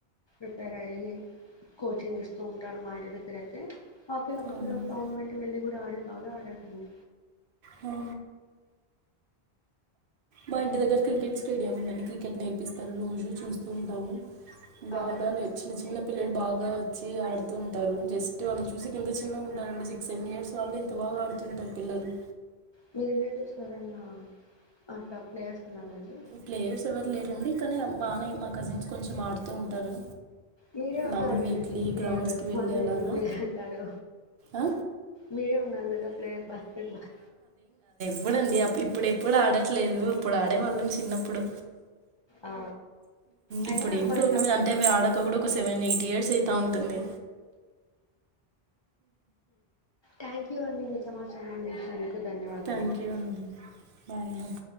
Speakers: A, on the left; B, on the right.
A: ఉ వేరయి కో చిస్తూ ఉంటారు మా ఇంటి దగ్గర ఐతే హాకీ లో ఒక
B: అవునండి
A: పిలోడు టోర్నమెంట్ వెళ్లి కూడా ఆడిడ్ బాగా ఆడరండి
B: ఆ మా ఇంటి దగ్గర క్రికెట్ స్టేడియం ఉందండి క్రికెట్ నేర్పిస్తారు రోజు చూస్తూ ఉంటాము బాగా
A: ఆ
B: నే చిన్న చిన్న పిల్లలు బాగా వచ్చి ఆడుతూ ఉంటారు జస్ట్ వాళ్ళని చూసే కి ఎంత చిన్నగా ఉంటారండి సిక్స్ సెవెన్ ఇయర్స్ వాళ్ళు ఇంత బాగా ఆడుతుంటారు పిల్లలు
A: మీ రిలేటివ్స్ ఎరన్నా ఆ టాప్ ప్లేయర్స్ ఉన్నారా అండి
B: ప్లేయర్స్ ఎవరు లేరండి కాని బానే మా కజిన్స్ కొంచెం ఆడుతూ ఉంటారు
A: మీరే ఉన్నారు
B: మామూలు
A: గదండి
B: వీక్లీ
A: ప్లేయరు
B: గ్రౌండ్స్కి వెళ్ళి
A: మళ్ళీ
B: అలాగా
A: ఎందు ప్లేయర్ అంటారు
B: ఆ?
A: మీరే ఉన్నారు కదా ప్లేయర్ బాస్కెట్ బాల్
B: ఆప్పుడండి ఇప్పుడు ఎప్పుడు ఆడట్లేదు అప్పుడు ఆడేవాళ్ళం చిన్నప్పుడు
A: ఆ అయినా
B: ఇప్పుడేం
A: కొంచెం
B: టూర్నమెం అంటే వాడకు కూడా ఒక సెవెన్ ఎయిట్ ఇయర్స్ అయితా ఉంటుంది
A: థ్యాంక్ యూ అండి మీ సమాచారాన్ని అందించినందుకు ధన్యవాదములు
B: థ్యాంక్ యూ అండి బాయ్